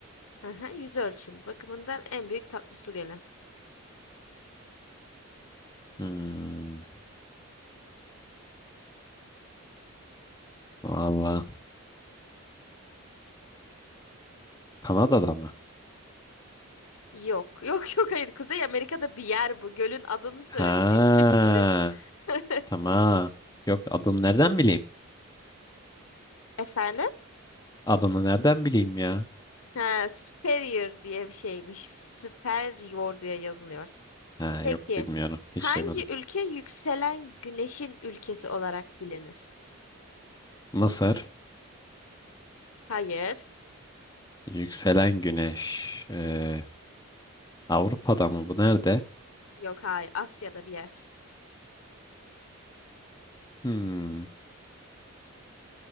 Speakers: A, on the left (about 80°); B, on the left (about 15°).
A: Aha, yüz ölçümü bakımından en büyük tatlı su gölü.
B: Hmm, valla Kanada'da mı?
A: Yok, <laughs> yok, yok, hayır. Kuzey Amerika'da bir yer bu. Gölün adını söyleyeceksin.
B: Ha,
A: <laughs>
B: tamam. Yok adını nereden bileyim?
A: Efendim?
B: Adını nereden bileyim ya?
A: Ha, superior diye bir şeymiş. Superior diye yazılıyor.
B: Ha,
A: Peki,
B: yok bilmiyorum. Hiç
A: hangi
B: duymadım.
A: ülke yükselen güneşin ülkesi olarak bilinir?
B: Mısır.
A: Hayır.
B: Yükselen güneş. Ee, Avrupa'da mı bu? Nerede?
A: Yok, hayır. Asya'da bir yer.
B: Hmm,